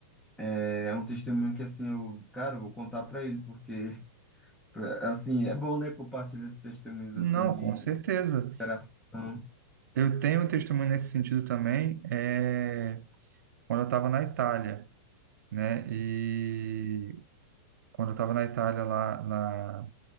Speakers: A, in the centre; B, on the right.
A: É é um testemunho que, assim, eu, cara, eu vou contar para ele, porque, <laughs> pra- assim, é bom, né, compartilhar esses testemunhos,
B: Não,
A: assim, de
B: com certeza.
A: superação.
B: Eu tenho um testemunho nesse sentido também, é, quando eu estava na Itália, né? E quando eu estava na Itália lá, lá